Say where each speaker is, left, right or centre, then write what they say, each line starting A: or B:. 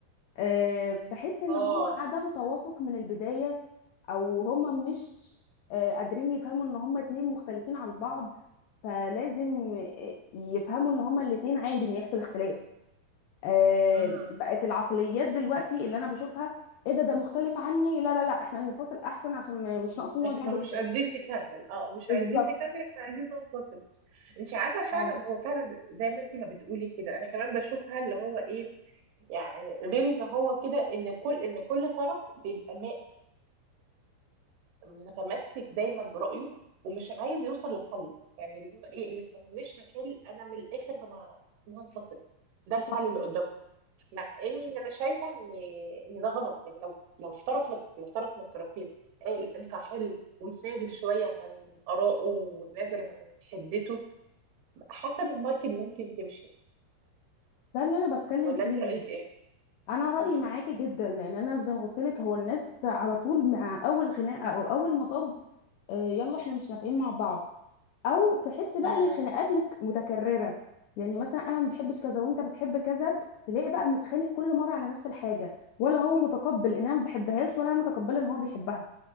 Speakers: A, on the left; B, on the right.
A: آه، بحس ان
B: آه
A: هو عدم توافق من البدايه او هم مش آه، قادرين يفهموا ان هم اتنين مختلفين عن بعض فلازم يفهموا ان هما الاتنين عادي ان يحصل اختلاف آه،
B: مم.
A: بقت العقليات دلوقتي اللي انا بشوفها ايه ده ده مختلف عني لا لا لا احنا ننفصل احسن عشان ما- مش ناقصين
B: إحنا
A: وجع دماغ
B: مش قادرين نكمل آه مش
A: بالظبط
B: عايزين نكمل إحنا عايزين ننفصل انت عارفه فعلا
A: اه
B: هو فعلا زي ما انت ما بتقولي كده انا كمان بشوفها اللي هو ايه يعني غير ان هو كده ان كل ان كل طرف بيبقى ما- متمسك دايما برأيه ومش عايز يوصل لحل يعني اللي هو ايه اللي انا مش هحل انا من الاخر انا أنا هنفصل ده الحل
A: صح
B: اللي قدامهم مع ان إن انا شايفه ان ان ده غلط يعني لو لو في طرف من- لو طرف من الطرفين قال انا هحل وتنازل شويه عن آرائه وتنازل عن حدته حسب الماركت ممكن تمشي
A: ده اللي انا بتكلم
B: ولا
A: فيه
B: انت رأيك ايه
A: انا رايي
B: مم.
A: معاكي جدا لان انا زي ما قلت لك هو الناس على طول مع اول خناقه او اول مطب آه، يلا احنا مش نافقين مع بعض او تحس بقى
B: مم.
A: ان الخناقات مك- متكرره يعني مثلا انا ما بحبش كذا وانت بتحب كذا تلاقي بقى بنتخانق كل مره على نفس الحاجه ولا هو متقبل ان انا ما بحبهاش ولا انا متقبله ان هو بيحبها